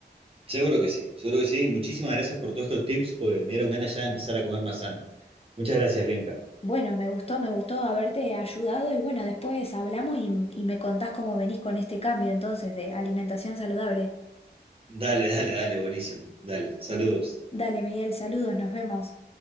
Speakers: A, on the right; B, on the left.
A: Seguro que sí, seguro que sí. Muchísimas gracias por todos estos tips, porque me dieron ganas ya de empezar a comer más sano. Muchas gracias, Bianca.
B: Bueno, me gustó, me gustó haberte ayudado y bueno, después hablamos y, y me contás cómo venís con este cambio entonces de alimentación saludable.
A: Dale, dale, dale, buenísimo. Dale, saludos.
B: Dale, Miguel, saludos, nos vemos.